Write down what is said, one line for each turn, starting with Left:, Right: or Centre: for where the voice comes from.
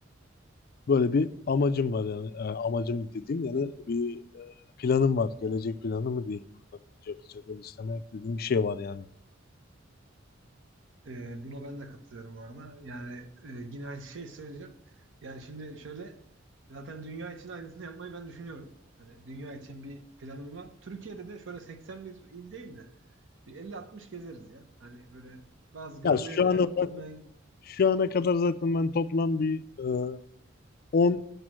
Left: Böyle bir amacım var yani E, amacım dediğim yani bir e, planım var. Gelecek planı mı diyeyim. Yapılacak ve listeme eklediğim bir şey var yani.
Right: e, buna ben de katılıyorum bu arada. Yani e, yine aynı şeyi söyleyeceğim. Yani şimdi şöyle zaten dünya için aynısını yapmayı ben düşünüyorum. Hani dünya için bir planım var. Türkiye'de de şöyle 81 il değil de bir 50-60 gezeriz ya. Hani böyle bazı görmeye
Left: Ya şu
Right: değer
Left: an olarak
Right: olmayan
Left: Şu ana kadar zaten ben toplam bir e, 10